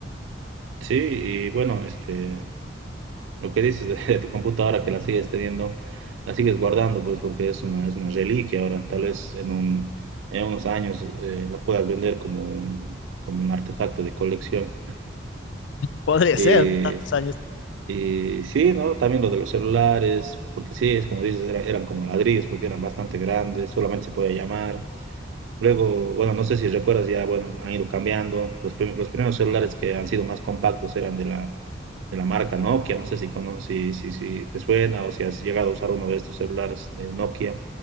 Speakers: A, on the right; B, on the left.
A: Sí, y bueno, este, Lo que dices de, de tu computadora que la sigues teniendo, la sigues guardando, pues porque es una, es una reliquia ahora. Tal vez en, un, en unos años eh, la puedas vender como un, como un artefacto de colección.
B: Podría
A: Eh,
B: ser, ¿no? Tantos años.
A: y sí, ¿no? También lo de los celulares, porque sí, es como dices, era- eran como ladrillos, porque eran bastante grandes, solamente se podía llamar. Luego, bueno, no sé si recuerdas ya, bueno, han ido cambiando. Los, prim- los primeros celulares que han sido más compactos eran de la, de la marca Nokia, no sé si, si, si, si, te suena o si has llegado a usar uno de estos celulares de Nokia,